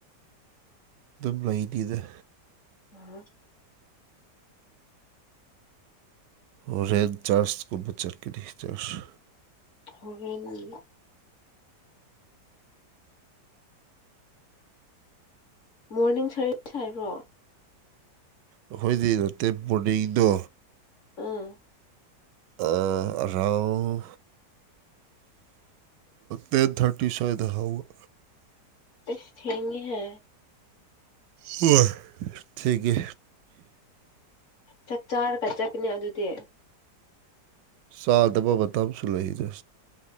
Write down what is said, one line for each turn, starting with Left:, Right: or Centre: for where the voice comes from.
Right: ꯗꯨꯝ ꯂꯩꯅꯤꯗ
Left: <unintelligible>
Right: ꯍꯣꯔꯦꯟ ꯆꯔ꯭ꯆꯒꯨꯝꯕ ꯆꯠꯀꯅꯤ ꯆꯔ꯭ꯆ
Left: ꯍꯣꯔꯦꯟꯒꯤ ꯃꯣꯔꯅꯤꯡ <unintelligible> ꯍꯥꯏꯕ꯭ꯔꯣ
Right: ꯑꯩꯈꯣꯏꯗꯤ ꯅꯠꯇꯦ ꯃꯣꯔꯅꯤꯡꯗꯣ
Left: ꯑꯥ
Right: ꯑꯥꯔꯥꯎꯟ ꯗꯦꯠ ꯊꯔꯇꯤ ꯁꯨꯋꯥꯏꯗ ꯍꯧ
Left: ꯑꯁ ꯊꯦꯡꯏ ꯍꯦ
Right: ꯍꯣꯏ ꯊꯦꯡꯑꯦ
Left: ꯆꯥꯛ ꯆꯥꯔꯒ ꯆꯠꯀꯥꯅꯦ ꯑꯗꯨꯗꯤ
Right: ꯆꯥꯗꯕ ꯃꯇꯝ ꯑꯃꯁꯨ ꯂꯩꯗ